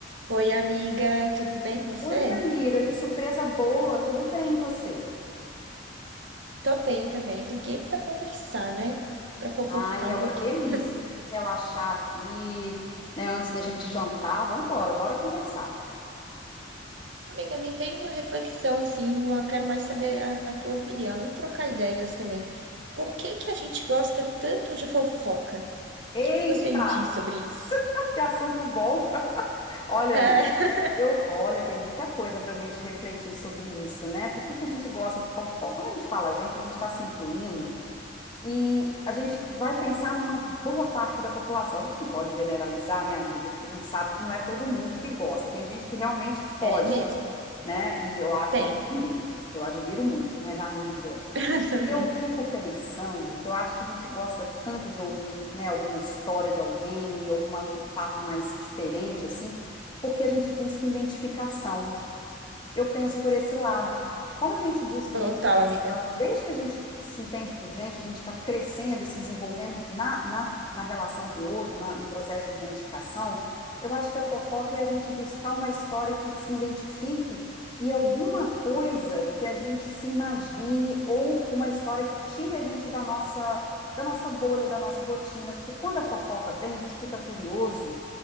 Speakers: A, on the right; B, on the left.
A: Oi, amiga, tudo bem com você?
B: Oi, minha amiga, que surpresa boa, tudo bem e você?
A: Tô bem também. Liguei pra conversar, né? Pra fofocar
B: Ai, é
A: um
B: uma
A: pouquinho.
B: delícia a gente relaxar aqui, né, antes da gente jantar. Vamos embora, bora conversar.
A: Amiga, me veio uma reflexão assim, eu quero mais saber a, a tua opinião e trocar ideias também. Por que que a gente gosta tanto de fofoca? O
B: Eita,
A: que que você me diz sobre isso?
B: <laughs> que assunto bom. Olha
A: É,
B: aí. Eu, olha, tem muita coisa para a gente refletir sobre isso, né? Por que que a gente gosta de fofoca? Quando a gente fala a gente, a gente está se incluindo e a gente vai pensar numa boa parte da população. A gente não pode generalizar, né, amiga? Porque a gente sabe que não é todo mundo que gosta. Tem gente que realmente foge.
A: é mesmo.
B: né? E eu, a-
A: Tem.
B: eu admiro, eu admiro muito. Mas, amiga,
A: <laughs> Também.
B: eu fico pensando que eu acho que a gente gosta tanto de ouvir, né, alguma história de alguém e algum fato mais diferente, assim, porque a gente busca identificação. Eu penso por esse lado. Como a gente busca
A: Total,
B: identificação,
A: amiga.
B: desde que a gente se entende por gente, a gente está crescendo e se desenvolvendo na, na, na relação com o outro, na- no processo de identificação, eu acho que a fofoca é a gente buscar uma história que se identifique e alguma coisa que a gente se imagine ou uma história que tire a gente da nossa, da nossa bolha, da nossa rotina, porque quando a fofoca vem, a gente fica curioso